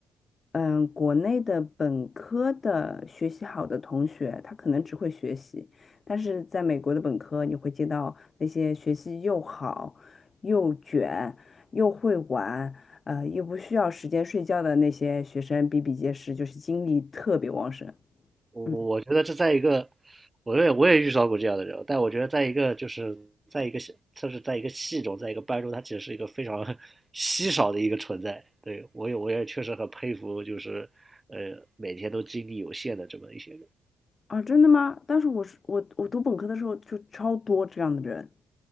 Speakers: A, on the left; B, on the right.
A: 嗯，国内的本科的学习好的同学，他可能只会学习，但是在美国的本科，你会接到那些学习又好、又卷、又会玩，呃，又不需要时间睡觉的那些学生比比皆是，就是精力特别旺盛。
B: 我我觉得这在一个，
A: 嗯，
B: 我也我也遇到过这样的人，但我觉得在一个就是在一个系就是在一个系中，在一个班中，他其实是一个非常 <laughs> 稀少的一个存在，对，我也我也确实很佩服，就是呃每天都精力有限的这么一些人
A: 啊，真的吗？但是我是我我读本科的时候就超多这样的人。